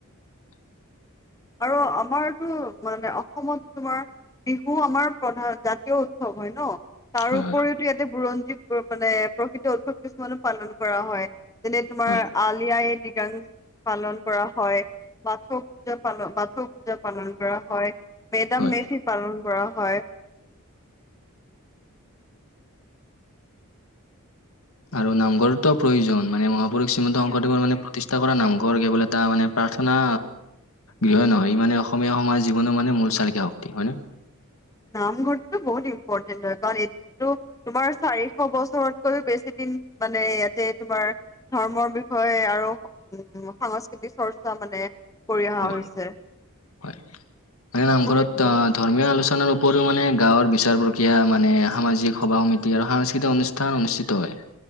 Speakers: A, on the left; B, on the left.
A: <inaudible>
B: আৰু আমাৰ টো মানে অসমত তোমাৰ বিহু আমাৰ প্ৰধান জাতীয় উৎসৱ হয় ন। তাৰ
A: হয়
B: উপৰিওতো ইয়াতে বুৰঞ্জী মানে প্ৰসিদ্ধ উৎসৱ কিছুমানো পালন কৰা হয়। যেনে তোমাৰ
A: হয়
B: আলি আই লৃগাং পালন কৰা হয়। বাথৌ পূজা পালন বাথৌ পূজা পালন কৰা হয়। মেদাম
A: হয়
B: মেফি পালন কৰা হয়।
A: <inaudible> আৰু নামঘৰৰো প্ৰয়োজন মান মহাপুৰুষ শ্ৰীমন্ত
B: উম
A: শংকৰদেৱৰ মানে প্ৰতিষ্ঠ কৰা নামঘৰ কেৱল এটা মানে প্ৰাৰ্থনা গৃহই নহয় ই মানে অসমীয়া সমাজৰ জীৱন মানে মূল চালিকা শক্তি হয় নে?
B: নামঘৰটো বহুত ইম্পৰ্টেন্ট হয় কাৰণ এইটোতো তোমাৰ চাৰিশ বছৰতকৈও বেছি। মানে ইয়াতে তোমাৰ ধৰ্মৰ বিষয়ে আৰু উ সাংস্কৃতিক চৰ্চা মানে কৰি অহা
A: মানে
B: হৈছে বহুত
A: নামঘৰত
B: এইটো
A: ধৰ্মীয় আলোচনাৰ মানে গাঁৱৰ বিচাৰ প্ৰক্ৰিয়া মানে সামাজিক সভা সমিতি আৰু সাংস্কৃতিক অনুষ্ঠান অনুষ্ঠিত হয়।